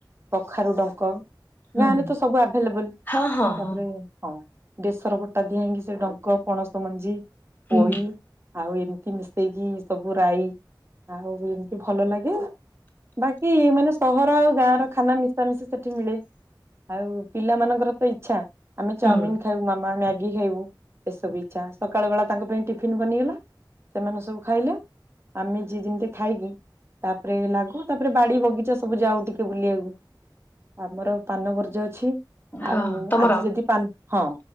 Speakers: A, on the right; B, on the left.
A: କଖାରୁ ଡଙ୍କ
B: ହୁଁ
A: ଗାଁ ରେତ ସବୁ ଆଭେଲେବଲ
B: ହଁ ହଁ
A: ତାପରେ
B: ହଁ
A: ହଁ। ବେସର ପଟା ଦିଆ ହେଇକି ସେ ଡଙ୍କ ପଣସ ମଞ୍ଜି,
B: ହୁଁ
A: ପୋଇ ଆଉ ଏମ କି ମିଶେଇକି ସବୁ ରାଇ ଆଉ ଏମିତି ଭଲ ଲାଗେ। ବାକି ମାନେ ସହର ଆଉ ଗାଁ ର ଖାନା ମିଶାମିସି ସେଠି ମିଳେ। ଆଉ ପିଲାମାନଙ୍କର ତ ଇଚ୍ଛା ଆମେ
B: ହୁଁ
A: ଚାଉମିନ ଖାଇବୁ ମାମା ମ୍ୟାଗି ଖାଇବୁ ଏସବୁ ଇଚ୍ଛା ସକାଳ ବେଳା ତାଙ୍କ ପାଇଁ ଟିଫିନ ବନିଗଲା ସେମାନେ ସବୁ ଖାଇଲ। ଆମେ ଯିଏ ଯେମିତି ଖାଇକି ତାପରେ ଲାଗୁ ତାପରେ ବାଡି ବଗିଚା ସବୁ ଯାଉ ଟିକେ ବୁଲିବାକୁ। ଆମର ପାନ ବର୍ଜ୍ୟ ଅଛି
B: ହଁ
A: ଆଉ
B: ତମର
A: ଆଜି ଯଦି ପାନ ହଁ